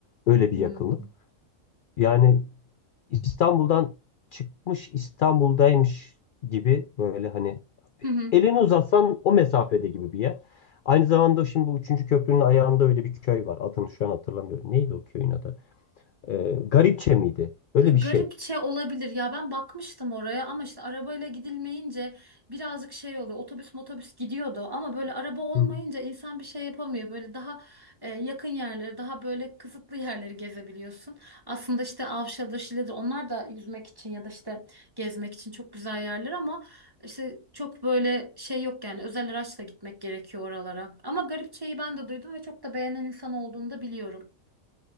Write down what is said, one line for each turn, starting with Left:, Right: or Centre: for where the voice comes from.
Left: Öyle bir
Right: Hı
Left: yakınlık.
Right: hı.
Left: Yani İstanbul'dan çıkmış İstanbul'daymış gibi böyle hani
Right: Hı hı.
Left: elini uzatsan o mesafede gibi bir yer. Aynı zamanda şimdi bu 3. köprünün ayağında öyle bir köy var. Adını şu an hatırlamıyorum. Neydi o köyün adı? Ee, Garipçe miydi? Öyle
Right: Garipçe
Left: bir şey.
Right: olabilir ya ben bakmıştım oraya ama işte arabayla gidilmeyince birazcık şey oluyor otobüs motobüs gidiyordu ama böyle araba olmayınca
Left: Hı
Right: insan bir şey yapamıyor böyle daha e, yakın yerleri daha böyle kısıtlı yerleri gezebiliyorsun aslında işte Avşa'dır Şile'dir onlar da yüzmek için ya da işte gezmek için çok güzel yerler ama işte çok böyle şey yok yani özel araçla gitmek gerekiyor oralara ama Garipçe'yi ben de duydum ve çok da beğenen insan olduğunu da biliyorum.